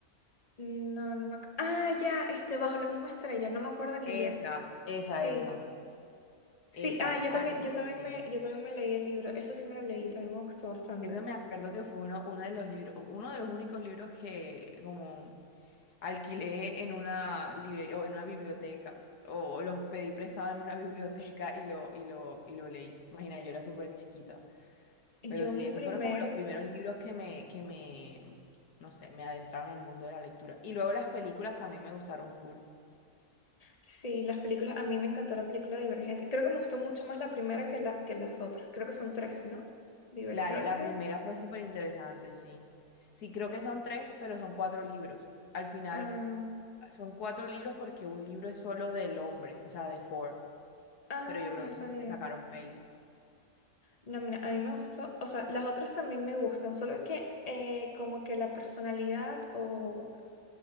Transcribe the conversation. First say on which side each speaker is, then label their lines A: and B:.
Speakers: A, on the left (about 25°); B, on the left (about 90°).
A: No, no me acuerdo. Ah, ya, este, bajo la misma estrella, no me acuerdo en inglés.
B: Esa, esa,
A: Sí.
B: esa,
A: Sí,
B: esa.
A: ah, yo
B: Ay,
A: también,
B: increíble.
A: yo también me, yo también me leí el libro. Eso sí me lo leí, también me gustó bastante.
B: Eso me acuerdo que fue uno, uno de los libros, uno de los únicos libros que como alquilé en una librería o en una biblioteca o los pedí prestado en una <laughs> biblioteca y lo, y lo, y lo leí. Imagina, yo era súper chiquita.
A: Yo
B: Pero sí,
A: mi
B: esos
A: primer,
B: fueron como los primeros libros que me, que me, no sé, me adentraron al mundo de la lectura. Y luego las películas también me gustaron full.
A: sí, las películas, a mí me encantó la película Divergente. Creo que me gustó mucho más la primera que la, que las otras. Creo que son tres, ¿no? Divergente.
B: Claro, la primera fue súper interesante, sí. Sí, creo que son tres, pero son cuatro libros. Al final
A: Ah,
B: son cuatro libros porque un libro es solo del hombre, o sea, de Ford.
A: ah,
B: Pero yo creo
A: no
B: que
A: sabía.
B: le sacaron peli.
A: No, mira, a mí me gustó, o sea, las otras también me gustan, solo que eh, como que la personalidad o,